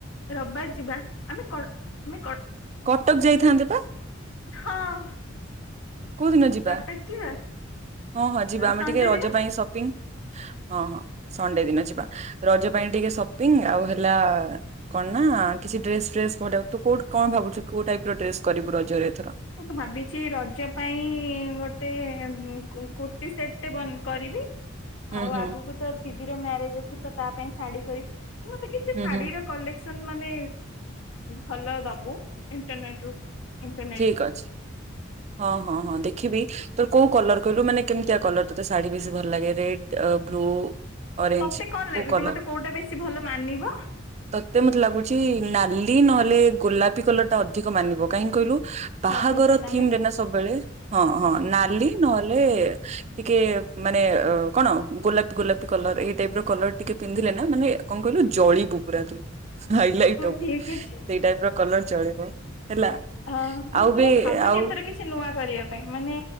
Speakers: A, on the left; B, on the right.
A: ରବିବାର ଯିବା ଆମେ କଲ୍ କଲ୍
B: କଟକ ଯାଇଥାନ୍ତେ ପା?
A: ହଁ।
B: କୋଉ ଦିନ ଯିବା
A: କଟକ ଯିବା।
B: ହଁ ହଁ ଯିବା ଆମେ
A: ସଣ୍ଡେ
B: ଟିକେ ରଜ
A: ଦିନ
B: ପାଇଁ ସପିଙ୍ଗ। ହଁ ହଁ ସଣ୍ଡେ ଦିନ ଯିବା ରଜ ପାଇଁ ଟିକେ ସପିଙ୍ଗ ଆଉ ହେଲା। କଣ ନା କିଛି ଡ୍ରେସ୍ ଫେସ୍ ପ ତୁ କୋଉଠୁ କଣ ଭାବୁଛୁ କୋଉ ଟାଇପ୍ ର ଡ୍ରେସ୍ କରିବୁ ରଜରେ ଏଥରକ।
A: ମୁଁ ଭାବିଛି ରଜ ପାଇଁ ଗୋଟେକୁ କୁ କୁର୍ତି ସେଟଟେ କରିବି।
B: ହୁଁ
A: ଆଉ
B: ହୁଁ
A: ଆଗକୁ ତ ଦିଦିର ମ୍ୟାରେଜ ଅଛି ତ ତା ପାଇଁ ଶାଢୀ କରିବି ତୁ ମତେ କିଛି
B: ହୁଁ
A: ଶାଢୀ
B: ହୁଁ
A: ର। କଲେକ୍ସ ମାନେ ଭଲ ଦବୁ ଇଣ୍ଟର୍ନେଟ ରୁ ଇଣ୍ଟ।
B: ଠିକ ଅଛି ହଁ ହଁ ହଁ ଦେଖିବି। ତୋର କୋଉ କଲର କହିଲୁ ମାନେ କେମିତିଆ କଲର ତୋତେ ଶାଢୀ ବେଶୀ ଭଲ ଲାଗେ ରେଡ୍ ବ୍ଲୁ। ଅରେଞ୍ଜ
A: ତତେ କଣ
B: କୋଉ
A: ଲାଗୁଛି
B: କଲର
A: ମତେ କୋଉଟା ବେଶୀ ଭଲ ମାନିବ।
B: ତ ମତେ ଲାଗୁଚି ନାଲି ନହେଲେ ଗୋଲାପୀ କଲର ଟା ଅଧିକ ମାନିବ କାହିଁ କହିଲୁ। ବାହାଘର
A: ହଉ ଠିକ ଅଛି ଆମେ
B: ଥିମ ରେ ନା ସବୁବେଳେ ହଁ ହଁ ନାଲି ନହଲେ। ଟିକେ ମାନେ ଅ କଣ ଗୋଲାପି ଗୋଲାପି କଲର ଏଇ ଟାଇପ ର କଲର ଟିକେ। ପିନ୍ଧିଲେ ନା ମାନେ କଣ କହିଲୁ ଜଳିବୁ ପୁରା ତୁ। ହାଇଲାଇଟି
A: ହଉ
B: ହବୁ
A: ଠିକ ଅଛି।
B: ସେଇ ଟାଇପର କଲର ଚଳିବ ହେଲା।
A: ଅ ମୁଁ
B: ଆଉ ବି
A: ମୁଁ ଭାବୁଛି
B: ଆଉ
A: ଏଥେରେ କିଛି। କିଛି ନୂଆ କରିବା ପାଇଁ ମାନେ